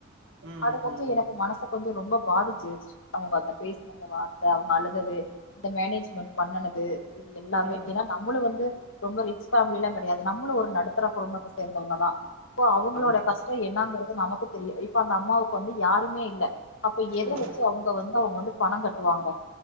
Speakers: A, on the right; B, on the left.
A: ம்
B: அதை கொஞ்சம்
A: ம்
B: எனக்கு மனச கொஞ்சம் ரொம்ப பாதிச்சுருச்சு அவங்க அத பேசின வார்த்தை அவங்க அழுதது இது இந்த மேனேஜ்மென்ட் பண்ணுனது இது எல்லாமே
A: ம்
B: ஏன்னா நம்மளும் வந்து ரொம்ப ரிச் பேமிலிலாம் கெடயாது நம்மளும் ஒரு நடுத்தர குடும்பத்தை சேர்ந்தவங்கதான் இப்போ அவங்களோட
A: ஆமா
B: கஷ்டம் என்னாங்கற நமக்கு தெரியும் இப்ப அந்த அம்மாவுக்கு வந்து யாருமே இல்ல அப்ப எதை
A: ம்
B: வச்சு அவங்க வந்து அவங்க வந்து பணம் கட்டுவாங்க